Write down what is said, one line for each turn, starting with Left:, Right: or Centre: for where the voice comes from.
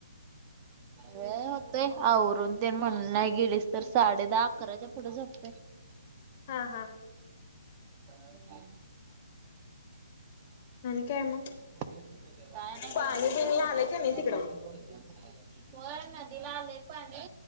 Right: वे होतय आवरून ते म्हण नाही गेलीस तर साडे दहा अकराच्या पुढे जोपतय
Left: हा हा
Right: हम्म
Left: आणि काय मग
Right: काय नाय भाऊ
Left: पाणी
Right: बसले
Left: बिणी
Right: तुमचं
Left: आलं
Right: कसं
Left: की नाही
Right: काय
Left: तिकडं?
Right: चालुय होय नदीला आलेय पाणी